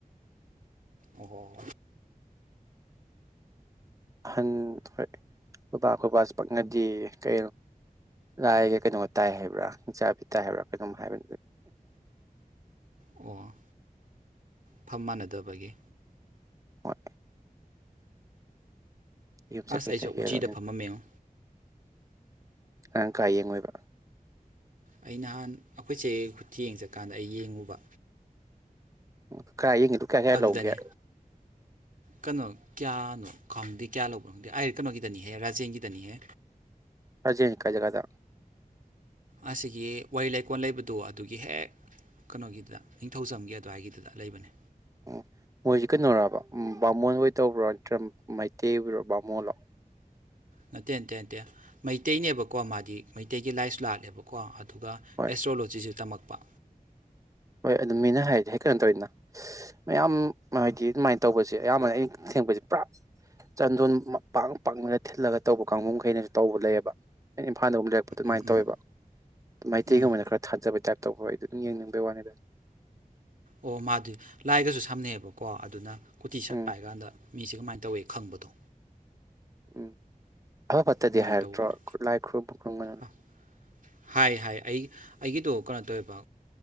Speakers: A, on the right (about 65°); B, on the right (about 20°).
A: ꯑꯣ
B: ꯑꯍꯟ ꯍꯣꯏ ꯈꯨꯣꯏꯕꯥ ꯈꯨꯣꯏꯕꯥꯁ ꯄꯛꯅꯗꯤ ꯀ ꯂꯥꯏꯒ ꯀꯩꯅꯣꯒ ꯇꯥꯏ ꯍꯥꯏꯕ꯭ꯔꯥ ꯏꯆꯥꯕꯤ ꯇꯥꯏ ꯍꯥꯏꯕ꯭ꯔꯥ ꯀꯩꯅꯣꯝ ꯍꯥꯏꯕ
A: ꯑꯣ ꯐꯝ ꯃꯥꯟꯅꯗꯕꯒꯤ
B: ꯍꯣꯏ ꯌꯨꯨꯞꯆꯥ
A: ꯑꯁ
B: ꯀꯩꯁꯥ
A: ꯑꯩꯁꯨ ꯎꯆꯤꯗ
B: ꯍꯦꯔ
A: ꯐꯝꯃꯝꯃꯦꯉꯣ
B: ꯑꯉꯥꯡ ꯀꯥ ꯌꯦꯡꯉꯣꯏꯕ
A: ꯑꯩ ꯅꯍꯥꯟ ꯑꯩꯈꯣꯏꯁꯦ ꯈꯨꯠꯇ ꯌꯦꯡ ꯆꯠꯀꯥꯟꯗ ꯑꯩ ꯌꯦꯡꯉꯨꯕ
B: <unintelligible> ꯀꯌꯥꯁꯌꯥ
A: ꯑꯗꯨꯗꯅꯦ
B: ꯂꯧꯒꯦ
A: ꯀꯩꯅꯣ ꯀꯌꯥꯅꯣ ꯈꯪꯪꯗꯦ ꯀꯌꯥ ꯂꯧꯕꯣ ꯈꯪꯗꯦ ꯑꯩ ꯀꯩꯅꯣꯒꯤꯗꯅꯤꯍꯦ ꯔꯥꯖꯦꯟꯒꯤꯗꯅꯤꯍꯦ
B: ꯑꯔꯖꯦꯟ ꯀꯖꯒꯥꯗ
A: ꯑꯁꯤꯒꯤ ꯋꯥꯔꯤ ꯂꯩꯀꯣꯜ ꯂꯩꯕꯗꯣ ꯑꯗꯨꯒꯤ ꯍꯦꯛ ꯀꯩꯅꯣꯒꯤꯗꯨꯗ ꯅꯤꯡꯊꯧꯖꯝꯒꯤ ꯑꯗꯨꯋꯥꯏꯒꯤꯗꯨꯗ ꯂꯩꯕꯅꯦ
B: ꯎꯝ ꯃꯣꯏꯁꯤ ꯀꯩꯅꯣꯔꯕ ꯕꯥꯃꯣꯟ ꯍꯣꯏ ꯇꯧꯕ꯭ꯔꯣ ꯅꯠꯇ꯭ꯔ ꯃꯩꯇꯩ ꯑꯣꯏꯔꯣ ꯕꯥꯃꯣꯂꯣ
A: ꯅꯠꯇꯦ ꯅꯇꯦꯇꯦ ꯃꯩꯇꯩꯅꯦꯕꯀꯣ ꯃꯥꯗꯤ ꯃꯩꯇꯩꯒꯤ ꯂꯥꯏꯁꯨ ꯂꯥꯠꯂꯦꯕꯀꯣ ꯑꯗꯨ ꯑꯗꯨꯒ
B: ꯍꯣꯏ
A: ꯑꯦꯁꯇ꯭ꯔꯣꯂꯣꯖꯤꯁꯤ ꯇꯝꯃꯛ <inaudible>
B: ꯍꯣꯏ ꯑꯗꯨ ꯃꯤꯅ ꯍꯥꯏꯔꯤꯗꯤ ꯍꯦꯛ ꯀꯩꯅꯣ ꯇꯧꯔꯤꯅ ꯃꯌꯥꯝ ꯍꯥꯏꯗꯤ ꯑꯗꯨꯃꯥꯏꯅ ꯇꯧꯕꯁꯦ ꯑꯌꯥꯝꯕꯅ ꯑꯩꯅ ꯊꯦꯡꯄꯁ ꯄꯨꯔꯥ ꯆꯟꯗꯣꯟ ꯄꯥꯛ ꯄꯥꯛꯅꯒ ꯊꯤꯜꯂꯒ ꯇꯧꯕ ꯀꯥꯡꯕꯨꯈꯩꯅꯁꯨ ꯇꯧꯕ ꯂꯩꯌꯦꯕ ꯑꯩꯅ ꯏꯝꯐꯥꯜꯗ ꯑꯨꯛ ꯂꯩꯔꯛꯄ ꯑꯗꯨꯃꯥꯏꯅ
A: ꯎꯝ
B: ꯇꯧꯋꯦꯕ
A: ꯎꯝ
B: ꯃꯩꯇꯩꯒꯨꯝꯕꯅ
A: ꯎꯝ
B: ꯈꯔ ꯊꯥꯖꯕꯩ ꯇꯥꯛꯄ ꯇꯧꯈ ꯑꯩ ꯑꯗꯨꯝ ꯌꯦꯡꯅꯤꯡꯕꯒꯤ ꯋꯥꯅꯤꯗ <inaudible>
A: ꯑꯣ ꯃꯥꯗꯤ ꯂꯥꯏꯒꯁꯨ ꯁꯝꯅꯩꯑꯕꯀꯣ ꯑꯗꯨꯅ꯫ ꯀꯨꯠꯇꯤ ꯁꯠ
B: ꯎꯝ
A: ꯄꯥꯏ ꯀꯥꯟꯗ ꯃꯤꯁꯦ꯫ ꯀꯃꯥꯏꯅ ꯇꯧꯋꯤ ꯈꯪꯕꯗꯣ꯫
B: ꯎꯝ꯫ ꯑꯐ ꯐꯠꯇꯗꯤ
A: ꯑꯗꯨꯃꯥꯏꯅ
B: ꯍꯥꯏꯔꯛꯇ꯭ꯔꯣ
A: ꯇꯧꯕꯅꯦ
B: ꯈꯨ ꯂꯥꯏ ꯈꯨꯔꯨꯝꯃꯨ ꯈꯨ꯭ꯔꯝꯒꯅꯨ꯫
A: ꯑ ꯍꯥꯏ ꯍꯥꯏ ꯑꯩ ꯑꯩꯒꯤꯗꯣ ꯀꯩꯅꯣ ꯇꯧꯋꯦꯕ